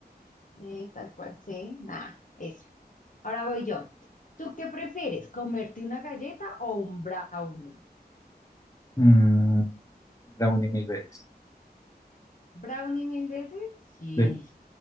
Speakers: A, on the left (about 50°); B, on the left (about 20°).
A: eh, tal cual sí nada, eso. Ahora voy yo. ¿Tú qué prefieres, comerte una galleta o un brownie?
B: Mm, brownie mil veces.
A: ¿Brownie mil veces? Sí,
B: De-